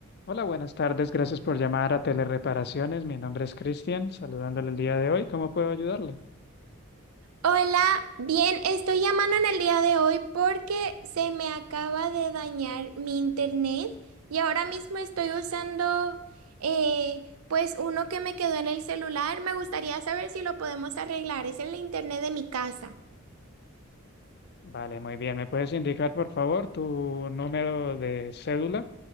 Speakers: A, on the left; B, on the right.
A: Hola, buenas tardes. Gracias por llamar a Telereparaciones. Mi nombre es Cristian, saludándole el día de hoy. ¿Cómo puedo ayudarle?
B: Hola, bien, estoy llamando en el día de hoy porque se me acaba de dañar mi internet y ahora mismo estoy usando eh, pues uno que me quedó en el celular. Me gustaría saber si lo podemos arreglar. Es el internet de mi casa.
A: Vale, muy bien. ¿Me puedes indicar, por favor, tu número de cédula